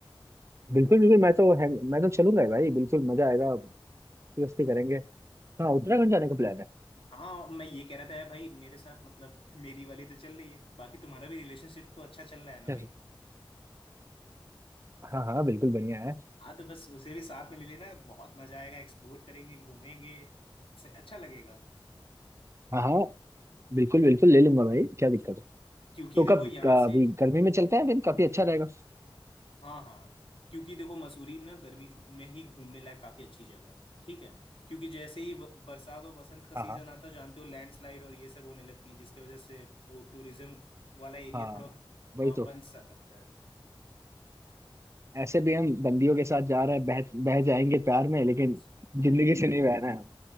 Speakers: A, on the right; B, on the left.
A: बिल्कुल बिल्कुल मैं तो है, मैं तो चलूंगा ही भाई बिल्कुल मजा आएगा मस्ती करेंगे हाँ उत्तराखंड जाने का प्लान है
B: हाँ मैं ये कह रहा था यार भाई मेरे साथ मतलब <laughs> मेरी वाली तो चल रही है बाकी तुम्हारा भी रिलेशनशिप तो अच्छा चल रहा है ना
A: जैसे
B: भाई
A: हाँ हाँ बिल्कुल बढ़िया है
B: हाँ तो बस उसे भी साथ में ले लेना बहुत मजा आएगा एक्सप्लोर करेंगे घूमेंगे से अच्छा लगेगा
A: हाँ हाँ बिल्कुल बिल्कुल ले लूंगा भाई क्या दिक्कत है
B: क्योंकि
A: तो
B: देखो
A: कब
B: यहाँ
A: का-
B: से
A: अभी गर्मी में चलते हैं फिर काफी अच्छा रहेगा
B: हाँ हाँ क्योंकि देखो मसूरी ना गर्मी में ही घूमने लायक काफी अच्छी जगह है ठीक है क्योंकि जैसे ही ब- बरसात और बसंत का सीजन
A: हाँ हाँ
B: आता है, जानते हो लैंडस्लाइड और ये सब होने लगती है जिसकी वजह से वो टूरिज्म वाला एरिया
A: हाँ
B: थोड़ा
A: वही
B: हाँ
A: तो
B: बंद सा लगता है
A: ऐसे भी हम बंदियों के साथ जा रहे हैं बह बह जाएंगे प्यार में लेकिन
B: <laughs>
A: जिंदगी से नहीं बहना है हमें।